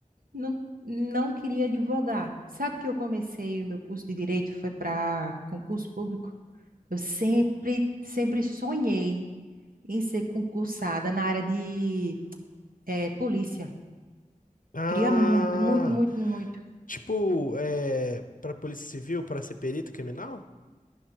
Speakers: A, on the right (about 80°); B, on the left (about 70°).
A: não, não queria advogar. Sabe que eu comecei o meu curso de direito foi para concurso público? Eu sempre, sempre sonhei em ser concursada na área de eh, polícia.
B: Ah,
A: Queria muito, muito, muito, muito.
B: tipo, é, para Polícia Civil, para ser perito criminal?